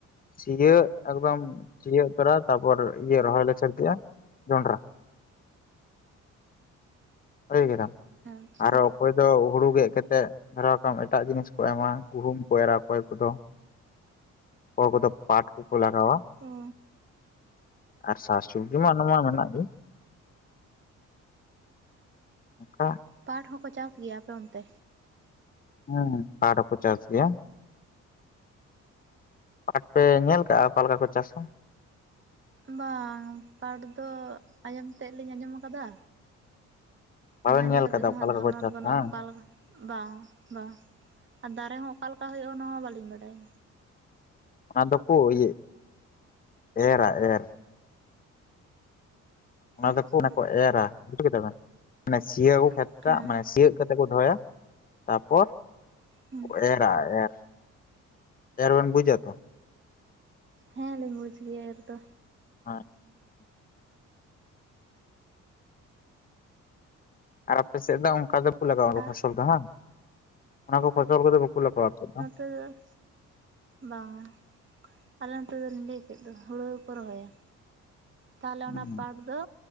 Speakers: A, on the left; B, on the right.
A: ᱥᱤᱭᱟᱹᱜ ᱮᱠᱫᱚᱢ ᱥᱤᱭᱟᱹᱜ ᱛᱚᱨᱟ ᱛᱟᱯᱚᱨ ᱤᱭᱟᱹ ᱨᱚᱦᱚᱭ ᱞᱮ ᱥᱟᱹᱨᱫᱤᱜᱼᱟ᱾ ᱡᱚᱱᱰᱨᱟ, <unintelligible> ᱠᱮᱫᱟᱢ
B: ᱟᱪᱪᱷᱟ
A: ᱟᱨᱚ ᱚᱠᱚᱭ ᱫᱚ ᱦᱩᱲᱩ ᱜᱮᱫ ᱠᱮᱛᱮᱫ᱾ ᱫᱷᱟᱨᱟᱣ ᱠᱟᱢ ᱮᱴᱟᱜ ᱡᱤᱱᱤᱥ ᱠᱚ ᱮᱢᱟ ᱜᱩᱦᱩᱢ ᱠᱚ ᱮᱨᱟ ᱚᱠᱚᱭ ᱠᱚᱫᱚ᱾ ᱚᱠᱚᱭ ᱠᱚᱫᱚ ᱯᱟᱴ ᱠᱚᱠᱚ ᱞᱟᱜᱟᱣᱼᱟ,
B: ᱚ
A: ᱟᱨ ᱥᱟᱠᱼᱥᱚᱵᱽᱡᱤ ᱢᱟ ᱟᱱᱟᱢᱟ ᱢᱮᱱᱟᱜ ᱜᱤ᱾ ᱚᱝᱠᱟ᱾
B: ᱯᱟᱴ ᱦᱚᱸᱠᱚ ᱪᱟᱥ ᱜᱮᱭᱟ ᱟᱯᱮ ᱚᱱᱛᱮ᱾
A: ᱦᱩᱸ ᱯᱟᱴ ᱦᱚᱠᱚ ᱪᱟᱥ ᱜᱮᱭᱟ᱾ ᱯᱟᱴ ᱯᱮ ᱧᱮᱞ ᱠᱟᱜᱼᱟ ᱚᱠᱟ ᱞᱮᱠᱟ ᱠᱚ ᱪᱟᱥᱟ?
B: ᱵᱟᱝ, ᱯᱟᱴ ᱫᱚ ᱟᱸᱡᱚᱢ ᱛᱮᱫ ᱞᱤᱧ ᱟᱸᱡᱚᱢ ᱟᱠᱟᱫᱟ᱾
A: ᱵᱟᱵᱮᱱ
B: ᱚᱱᱟ ᱤᱫᱤ
A: ᱧᱮᱞ
B: ᱠᱟᱛᱮᱫ
A: ᱠᱟᱫᱟ
B: ᱫᱚ
A: ᱚᱠᱟ
B: ᱦᱟᱸᱜ
A: ᱞᱮᱠᱟ
B: ᱫᱷᱟᱨᱚᱱᱟ
A: ᱠᱚ ᱪᱟᱥᱟ
B: ᱫᱚ ᱵᱟᱹᱱᱩᱜᱼᱟ
A: ᱵᱟᱝ
B: ᱚᱱᱠᱟ ᱞᱮᱠᱟ᱾ ᱵᱟᱝ ᱵᱟ ᱟᱨ ᱫᱟᱨᱮ ᱦᱚᱸ ᱚᱠᱟᱞᱮᱠᱟ ᱦᱩᱭᱩᱜᱼᱟ ᱚᱱᱟ ᱦᱚᱸ ᱵᱟᱹᱞᱤᱧ ᱵᱟᱰᱟᱭᱟ᱾
A: ᱚᱱᱟ ᱫᱚᱠᱚ ᱤᱭᱟᱹ, ᱮᱨᱟ ᱮᱨ᱾ ᱚᱱᱟ
B: ᱟᱪᱪᱷᱟ
A: ᱫᱚᱠᱚ ᱚᱱᱟ ᱠᱚ ᱮᱨᱟ ᱵᱩᱡᱷ ᱠᱮᱫᱟ ᱵᱮᱱ ᱢᱟᱱᱮ ᱥᱤᱭᱟᱠᱚ ᱠᱷᱮᱛ ᱴᱟᱜ
B: ᱦᱮᱸ
A: ᱢᱟᱱᱮ ᱥᱤᱭᱟᱹᱜ᱾ ᱠᱟᱛᱮ ᱠᱚ ᱫᱚᱦᱚᱭᱟ, ᱛᱟᱯᱚᱨ
B: ᱦᱩᱸ
A: ᱠᱚ ᱮᱨᱟ ᱮᱨ᱾ ᱮᱨ ᱵᱮᱱ ᱵᱩᱡᱟ ᱛᱚ?
B: ᱦᱮᱸ ᱞᱤᱧ ᱵᱩᱡ ᱜᱮᱭᱟ ᱮᱨ ᱫᱚ᱾
A: <unintelligible> ᱟᱨ ᱟᱯᱮᱥᱮᱫ ᱫᱚ ᱚᱱᱠᱟ ᱫᱚᱠᱚ ᱞᱟᱜᱟᱣᱼᱟ
B: ᱟᱜ
A: ᱯᱷᱚᱥᱚᱞ ᱫᱚ ᱦᱟᱝ ᱚᱱᱟ ᱠᱚ ᱯᱷᱚᱥᱚᱞ ᱠᱚᱫᱚ ᱵᱟᱠᱚ ᱞᱟᱜᱟᱣᱼᱟ ᱟᱯᱮ ᱥᱮᱫ ᱫᱚ?
B: ᱦᱮᱸ᱾ ᱵᱟᱝᱟ, ᱟᱞᱮ ᱱᱚᱛᱮ ᱫᱚ ᱚᱱᱮᱧ ᱞᱟᱹᱭ ᱠᱮᱫ ᱫᱚ ᱦᱩᱲᱩ ᱜᱮᱠᱚ ᱨᱚᱦᱚᱭᱟ᱾ ᱛᱟᱦᱚᱞᱮ
A: ᱦᱩᱸ
B: ᱚᱱᱟ ᱯᱟᱴ ᱫᱚ